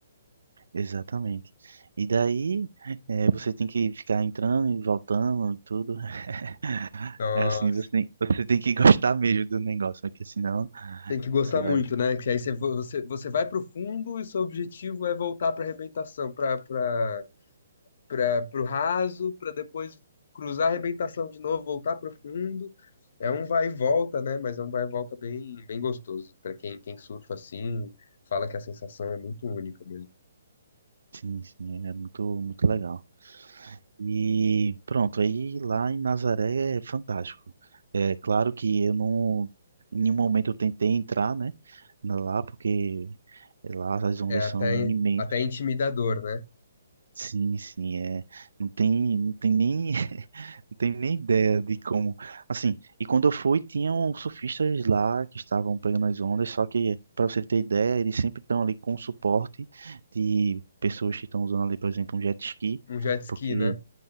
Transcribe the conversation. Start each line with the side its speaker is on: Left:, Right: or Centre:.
Right: exatamente. E daí, eh, você tem que ficar entrando e voltando e tudo. <laughs>
Left: Nossa.
Right: É assim, você tem, você tem que gostar mesmo do negócio, porque senão
Left: Tem que gostar
Right: você vai.
Left: muito, né? Que aí você, vo- você, você vai pro fundo e seu objetivo é voltar pra arrebentação, pra, pra para o raso, para depois cruzar a arrebentação de novo, voltar para o fundo. É um vai e volta, né? Mas é um vai e volta bem, bem gostoso. Para quem, quem surfa assim, fala que a sensação é muito única mesmo.
Right: Sim, sim, é muito, muito legal. E pronto, aí lá em Nazaré é fantástico. É claro que eu não, em nenhum momento eu tentei entrar, né, na- lá, porque lá as ondas
Left: É até,
Right: são imensas.
Left: até intimidador, né?
Right: Sim, sim, é, não tem, não tem nem, <laughs> não tem nem ideia de como, assim, e quando eu fui, tinham surfistas lá que estavam pegando as ondas, só que, para você ter ideia, eles sempre estão ali com suporte de pessoas que estão usando ali, por exemplo, um jet ski,
Left: Um jet ski,
Right: porque
Left: né?